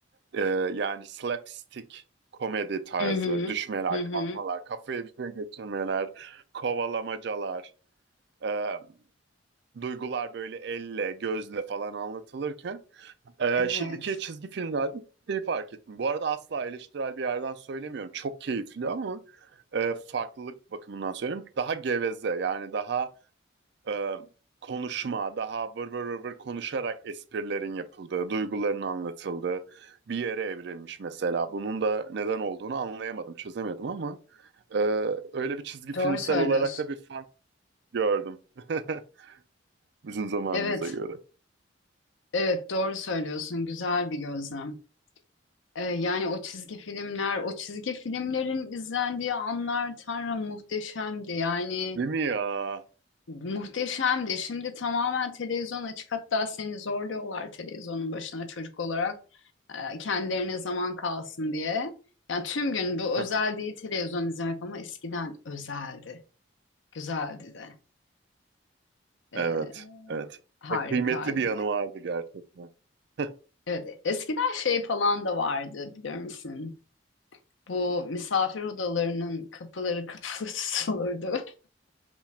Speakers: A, on the right (about 60°); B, on the left (about 80°).
A: Ee, yani slapstick komedi tarzı,
B: Hı hı.
A: düşmeler,
B: Hı hı.
A: kalkmalar, kafaya bir şey geçirmeler, kovalamacalar, e, duygular böyle elle, gözle falan anlatılırken e,
B: Evet.
A: şimdiki çizgi filmlerde şeyi fark ettim. Bu arada asla eleştirel bir yerden söylemiyorum. Çok keyifli ama e, farklılık bakımından söylüyorum. Daha geveze yani daha e, konuşma, daha vır vır vır vır konuşarak esprilerin yapıldığı, duyguların anlatıldığı bir yere evrilmiş mesela. Bunun da neden olduğunu anlayamadım, çözemedim ama e, öyle bir çizgi filmsel
B: Doğru söylüyorsun.
A: olarak da bir fark gördüm <laughs> bizim zamanımıza
B: Evet.
A: göre.
B: Evet doğru söylüyorsun. Güzel bir gözlem. Ee, yani o çizgi filmler, o çizgi filmlerin izlendiği anlar Tanrım muhteşemdi. Yani
A: Değil mi ya?
B: muhteşemdi. Şimdi tamamen televizyon açık. Hatta seni zorluyorlar televizyonun başına çocuk olarak. Ee, kendilerine zaman kalsın diye. Yani tüm gün bu
A: <laughs>
B: özel değil televizyon izlemek ama eskiden özeldi. Güzeldi de. Ee,
A: Evet, evet.
B: Harikaydı.
A: Ya, kıymetli bir yanı vardı gerçekten. <laughs>
B: Evet, eskiden şey falan da vardı biliyor musun? Bu misafir odalarının kapıları <laughs> kapalı tutulurdu.